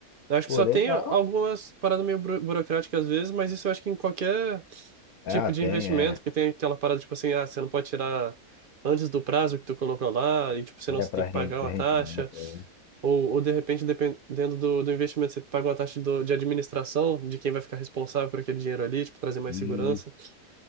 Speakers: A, on the right (about 50°); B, on the left (about 70°).
A: Eu acho
B: pô,
A: que só
B: legal.
A: tem algumas paradas meio buro- burocráticas às vezes, mas isso eu acho que em qualquer
B: É,
A: tipo
B: tem,
A: de investimento,
B: é.
A: que tem aquela parada, tipo assim, ah, você não pode tirar antes do prazo que tu colocou lá, e tipo, senão
B: É
A: você
B: para
A: tem que
B: rendimento.
A: pagar uma taxa.
B: É.
A: Ou, ou de repente, dependendo do, do investimento, você paga uma taxa do, de administração, de quem vai ficar responsável por aquele dinheiro ali, tipo, trazer mais
B: Isso.
A: segurança.